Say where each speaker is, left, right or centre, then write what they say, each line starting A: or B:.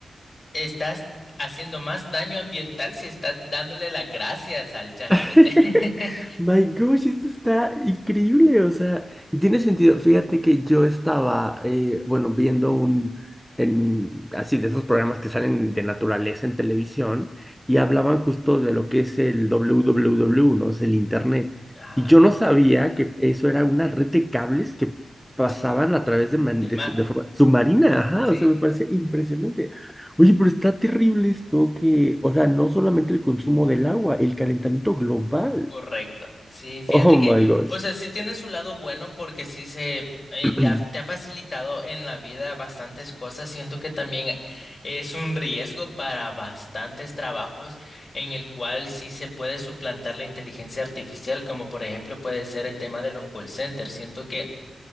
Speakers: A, on the left (about 45°); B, in the centre.
A: estás haciendo más daño ambiental si estás dándole las gracias al ChatGPT.
B: <laughs>
A: <laughs>
B: My gosh, esto está increíble, o sea, y tiene sentido. Fíjate que yo estaba, eh, bueno, viendo un, en, así de esos programas que salen de naturaleza en televisión y hablaban justo de lo que es el WWW, ¿no? Es el Internet.
A: Ajá,
B: Y yo no sabía que eso era una red de cables que pasaban
A: sí,
B: a través de, man-
A: del
B: de,
A: mar,
B: su- de forma submarina, ajá,
A: sí.
B: o sea, me parece impresionante. Oye, pero está terrible esto que, o sea, no solamente el consumo del agua, el calentamiento global.
A: Correcto.
B: <laughs>
A: Sí, fíjate
B: Oh
A: que,
B: my gosh.
A: o sea, sí tiene su lado bueno porque sí se eh,
B: <clears throat>
A: te ha, te ha facilitado en la vida bastantes cosas. Siento que también es un riesgo para bastantes trabajos en el cual sí se puede suplantar la inteligencia artificial, como por ejemplo puede ser el tema de los call centers. Siento que